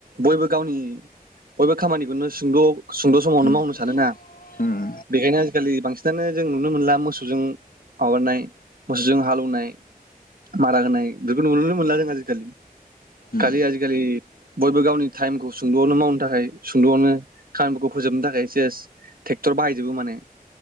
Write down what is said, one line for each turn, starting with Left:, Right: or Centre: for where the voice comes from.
Right: बयबो गावनि बयबो खामानिखौनो सद सुंद समावनो
Left: उम
Right: मावनो सानो ना
Left: उम
Right: बेखायनो आजिखालि बांसिन जानो जों नुनो मोनला मोसौजों माबानाय मोसौजों हालोवनाय मारा होनाय बेफोरखौ नुनो नो मोनला जों आजिखालि।
Left: उम
Right: खालि आजि खालि बयबो गावनि टाइमखौ सुंदआवनो मावनो थाखाय सुंदआवनो खामानिफोरखौ फोजोबनो थाखाय सेस ट्रेक्टर बाहायजोबो माने।